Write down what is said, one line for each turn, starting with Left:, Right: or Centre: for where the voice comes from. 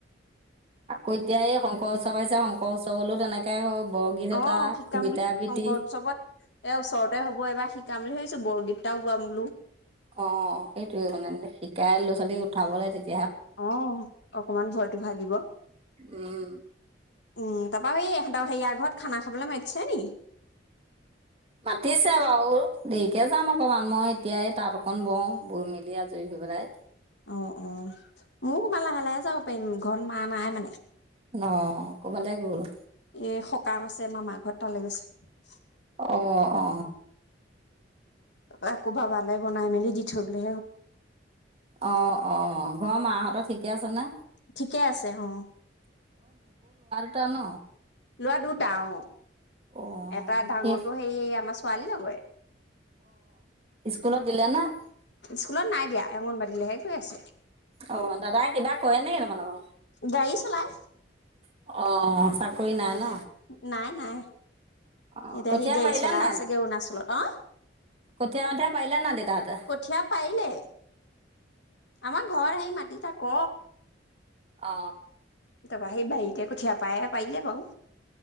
Right: আকৌ, এতিয়া এই শংকৰ উৎসৱ। <unintelligible> শংকৰ উৎসৱলেও তেনেকে। বৰগীত এটা
Left: অ' শিকাম
Right: কবিতা
Left: বুলি,
Right: আবৃত্তি
Left: শংকৰ উৎসৱত। এ, ওচৰতে হ'ব এবাৰ শিকাম বুলি ভাবি ছোঁ। বৰগীত এটাও গোৱাম বোলো।
Right: অ' সেইটোয়ে মানে, শিকাই ল'ৰা ছোৱালী উঠাবলৈ তেতি
Left: অ অকমান ভয়টো ভাগিব
Right: উম
Left: উম তাৰাপৰা স ইহঁতৰ সেয়াৰ ঘৰত খানা খাবলৈ মতিছে নেকি <unintelligible>
Right: মাতিছে বাৰু দেৰিকে যাম অকমান মই এতিয়াই তাত অকনমান বহু বহী মেলি আজুৰি হৈ পেলাই <unintelligible>
Left: অ অ মই আকমান লাহে লাহে যাব পাৰিম ঘৰত মা নাই মানে
Right: অঁ ক'ৰবালৈ গ'ল
Left: এ সকম আছে মাৰ ঘৰত তালৈ গৈছে <unintelligible>
Right: অ অ
Left: আকৌ ভালে বনাই মেলি দি থৈ
Right: অ অ ঘৰ মাহঁতৰ ঠিকে আছে নে
Left: ঠিকে আছে অ
Right: ভূটান ন
Left: লোৱা দুটা অহ
Right: অ',
Left: এটা ডাঙৰটো
Right: কি
Left: সেই আমাৰ ছোৱালী লগৰে
Right: তনত দিলে না <unintelligible>
Left: স্কুলত নাই দিয়া অংগণবাৰী লৈহে গৈ আছে
Right: অ দাদাই কিবা কয় <unintelligible> নে মান <unintelligible>
Left: গাড়ী চলাই
Right: অ চাকৰি নাই
Left: এতিয়া
Right: ন?
Left: <unintelligible> নাই নাই
Right: অ',
Left: উ <unintelligible> এতিয়া
Right: কঠীয়া
Left: সি গাড়ী
Right: পাৰিলে
Left: চলাই
Right: নাই?
Left: আছেগে অৰুণাচলত অ
Right: কঠীয়া মঠীয়া পাৰিলে নাই দেউতাহঁতে?
Left: কঠিয়া পাৰিলে আমাৰ ঘৰৰ সেই মাতি থাক
Right: অ
Left: সেই বাৰীতে কঠীয়া পায় পাৰিলে বাৰু